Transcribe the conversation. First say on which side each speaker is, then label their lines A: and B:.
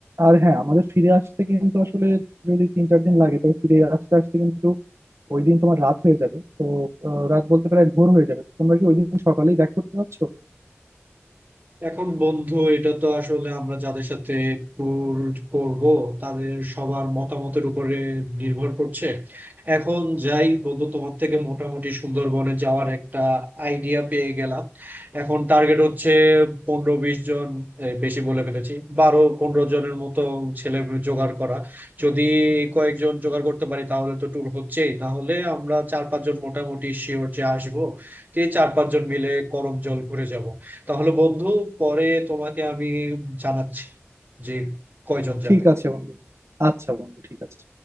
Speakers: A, on the right; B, on the right.
A: আর হ্যাঁ আমাদের ফিরে আসতে কিন্তু আসলে যদি তিন চার দিন লাগে তবে ফিরে আসতে আসতে কিন্তু ওই দিন তোমার রাত হয়ে যাবে তো আহ, রাত বলতে প্রায় ভোর হয়ে যাবে তোমরা কি ওই দিন সকালেই ব্যাক করতে পারছো
B: এখন বন্ধু এটা তো আসলে আমরা যাদের সাথে ট্যুর করব তাদের সবার মতামতের উপরে নির্ভর করছে এখন যাই বন্ধু তোমার থেকে মোটামুটি সুন্দরবনে যাওয়ার একটা আইডিয়া পেয়ে গেলাম এখন টার্গেট হচ্ছে পনেরো বিশ জন এ, বেশি বলে ফেলেছি বারো পনেরো জনের মতো ছেলে জোগাড় করা যদি কয়েকজন জোগাড় করতে পারি তাহলে তো ট্যুর হচ্ছেই তাহলে আমরা চার পাঁচজন মোটামুটি শিওর যে আসবো তো এই চার পাঁচজন মিলে করমজল ঘুরে যাব তাহলে বন্ধু পরে তোমাকে আমি জানাচ্ছি যে কয়জন
A: ঠিক
B: যাবে
A: আছে বন্ধু আচ্ছা বন্ধু ঠিক আছে